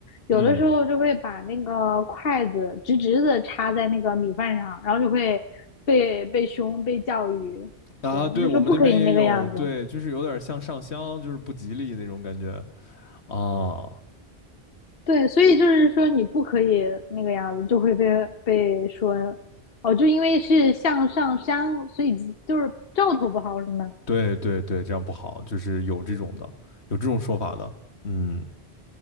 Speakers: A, on the left (about 65°); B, on the left (about 85°).
A: 有的时候就会把那个筷子直直的插在那个米饭上，
B: 嗯
A: 然后就会被被凶被教育，
B: 啊，
A: 对，
B: 对我们那边也有，
A: 就说不可以那个样子。
B: 对，就是有点像上香，就是不吉利那种感觉啊。
A: 对，所以就是说你不可以那个样子，就会被被说哦，就因为是向上山，所以就是兆头不好什么的。
B: 对对对，这样不好，就是有这种的，有这种说法的，嗯。